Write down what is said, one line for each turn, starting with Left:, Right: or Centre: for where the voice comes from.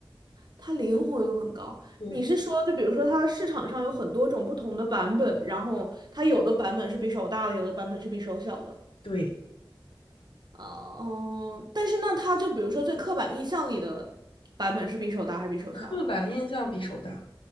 Right: 它灵活度很高。
Left: 对
Right: 你是说，就比如说，它市场上有很多种不同的版本，然后它有的版本是比手大的，有的版本是比手小的。
Left: 对，
Right: 啊，嗯，但是那它就比如说最刻板印象里的版本是比手大还是比手小的？
Left: 刻板印象比手大。